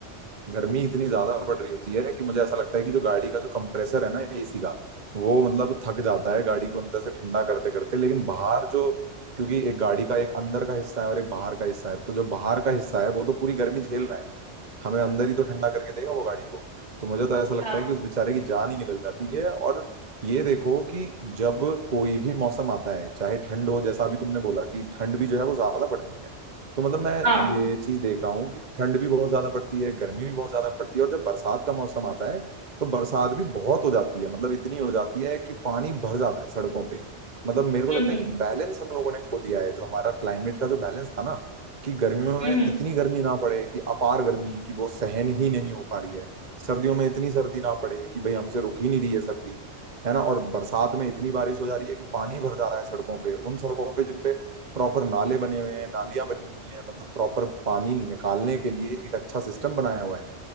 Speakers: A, on the right; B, on the right.
A: गर्मी इतनी ज्यादा पड़ रही होती है कि मुझे ऐसा लगता है कि जो गाड़ी का जो कंप्रेसर है ना एसी का वो मतलब थक जाता है गाड़ी को अंदर से ठंडा करते करते लेकिन बाहर जो क्योंकि एक गाड़ी का एक अंदर का हिस्सा है और एक बाहर का हिस्सा है तो जो बाहर का हिस्सा है वो तो पूरी गर्मी झेल रहा है ना हमें अंदर ही तो ठंडा करके देगा वो गाड़ी को तो मुझे तो ऐसा लगता
B: हाँ
A: है कि उस बेचारे की जान ही निकल जाती है और ये देखो कि जब कोई भी मौसम आता है चाहे ठंड हो जैसा अभी तुमने बोला कि ठंड भी जो है वो ज्यादा पड़ती है तो मतलब मैं
B: हाँ
A: ये चीज देख रहा हूँ कि ठंड भी बहुत ज्यादा पड़ती है गर्मी भी बहुत ज्यादा पड़ती है और जब बरसात का मौसम आता है तो बरसात भी बहुत हो जाती है मतलब इतनी हो जाती है कि पानी भर जाता है सड़कों पे मतलब मेरे को लगता
B: हम्म
A: है कि बैलेंस हम लोगों ने खो दिया है जो हमारा क्लाइमेट का जो बैलेंस था ना कि गर्मियों
B: हम्म
A: में
B: हम्म
A: इतनी गर्मी ना पड़े कि अपार गर्मी कि वो सहन ही नहीं हो पा रही है सर्दियों में इतनी सर्दी ना पड़े कि भाई हमसे रुक ही नहीं रही है सर्दी है ना और बरसात में इतनी बारिश हो जा रही है कि पानी भर जा रहा है सड़कों पे उन सड़कों पे जिन पे प्रॉपर नाले बने हुए हैं नालियां बनी हुई हैं मतलब प्रॉपर पानी निकालने के लिए एक अच्छा सिस्टम बनाया हुआ है